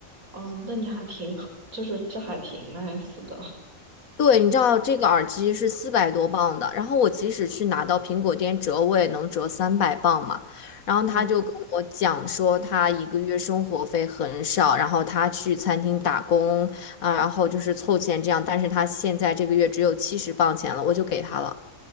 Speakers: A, on the right; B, on the left.
A: 哦，那你还挺好，就是这还挺 nice 的。
B: 对，你知道这个耳机是四百多磅的，然后我即使去拿到苹果店折，我也能折三百磅嘛。然后他就跟我讲说，
A: 嗯，
B: 他一个月生活费很少，然后他去餐厅打工啊，然后就是凑钱这样，但是他现在这个月只有七十磅钱了，我就给他了。